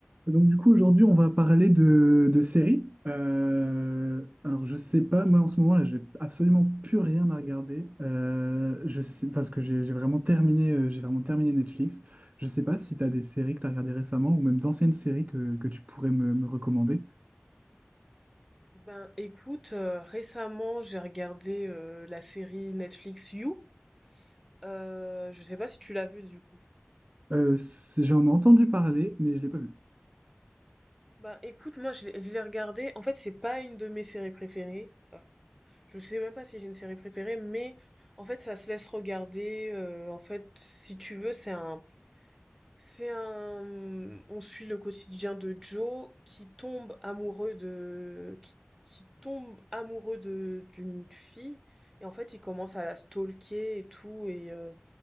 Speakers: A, on the right; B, in the centre.
A: Donc du coup aujourd'hui on va parler de, de séries. Euh, alors je sais pas, moi en ce moment là j'ai absolument plus rien à regarder. Euh, je sais parce que j'ai j'ai vraiment terminé euh, j'ai vraiment terminé Netflix. Je sais pas si tu as des séries que tu as regardées récemment ou même d'anciennes séries que, que tu pourrais me, me recommander.
B: Ben écoute, euh, récemment j'ai regardé euh, la série Netflix You. Euh, je sais pas si tu l'as vue du coup.
A: Euh, c'est- j'en ai entendu parler mais je l'ai pas vu.
B: Ben écoute, moi je l'ai je l'ai regardée. En fait, c'est pas une de mes séries préférées. Euh, Je sais même pas si j'ai une série préférée, mais en fait ça se laisse regarder. euh, en fait, si tu veux, c'est un C'est un, mmh, on suit le quotidien de Joe qui tombe amoureux de, qui, qui tombe amoureux de, d'une fille. Et en fait, il commence à la stalker et tout. Et, euh,